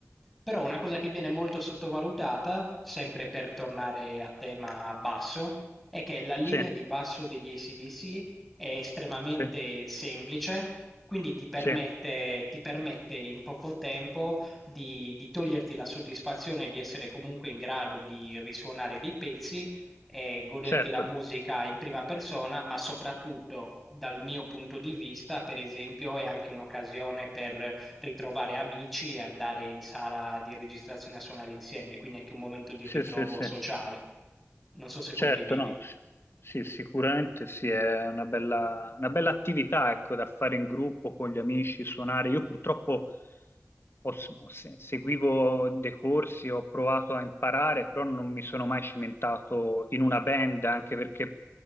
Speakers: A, in the centre; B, on the left.
A: Però una cosa che viene molto sottovalutata, sempre per tornare a tema basso, è che la linea
B: sì,
A: di basso degli ac è estremamente
B: sì,
A: semplice, quindi ti permette,
B: sì,
A: ti permette in poco tempo di, di toglierti la soddisfazione di essere comunque in grado di risuonare dei pezzi e goderti
B: certo,
A: la musica in prima persona, ma soprattutto dal mio punto di vista, per esempio, è anche un'occasione per ritrovare amici e andare in sala di registrazione a suonare insieme, quindi anche un momento di
B: sì,
A: ritrovo
B: sì, sì,
A: sociale. Non so se condividi.
B: certo, no, sì, sicuramente sì, è una bella, una bella attività, ecco, da fare in gruppo con gli amici, suonare. Io purtroppo ho- ho se- seguivo dei corsi, ho provato a imparare, però non mi sono mai cimentato in una band, anche perché